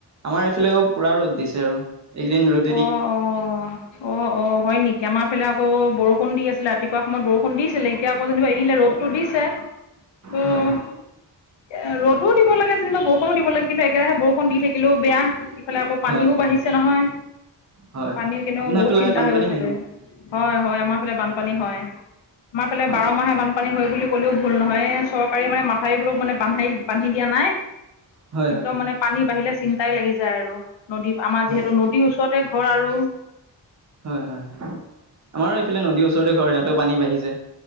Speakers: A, on the right; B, on the left.
A: আমাৰ এইফালেও পুৰা ৰ'দ দিছে আৰু এইকেইদিন ৰ'দ
B: অ'! অ'! অ'! অ'! হয় নেকি? আমাৰ ফালে আকৌ, বৰষুণ দি আছিলে ৰাতিপুৱা সময়ত। বৰষুণ দিছিলে। এতিয়া আকৌ, যেনিবা এৰিলে, ৰ'দতটো
A: হয়
B: দিছে। <unintelligible>
A: হয় হয়
B: ৰদো দিব লাগে, যেনিবা বৰষুণো দিব লাগে। কিন্তু, একেৰাহে বৰষুণ দি থাকিলেও বেয়া, ইফালে আকৌ পানীও
A: হয় হয়
B: বাঢ়ি
A: হয় হয়
B: নহয়।
A: হয়
B: পানী
A: হয়
B: কেনেও
A: আপোনাৰ
B: বহুত
A: সেইফালে
B: চিন্তা
A: বানপানী
B: হৈ গৈছে
A: হয়
B: গৈ।
A: ন
B: হয়, হয়। আমাৰ ফালে বানপানী হয়। আমাৰ ফালে
A: হয়
B: বাৰ মাহে বানপানী হয় বুলি ক'লেও ভুল নহয়ে। চৰকাৰে মানে, মাথাউৰিবোৰক মানে, বান্ধি বান্ধি দিয়া নাই।
A: হয়
B: একদম
A: হয়
B: মানে, পানী বাঢ়িলে চিন্তা চিন্তাই লাগি যায় আৰু নদী আমাৰ
A: হয়
B: যিহেতু নদীৰ ওচৰতে ঘৰ আৰু।
A: হয়, হয়। আমাৰো এইফালে নদীৰ ওচৰতে ঘৰ, ইয়াতো পানী বাঢ়িছে।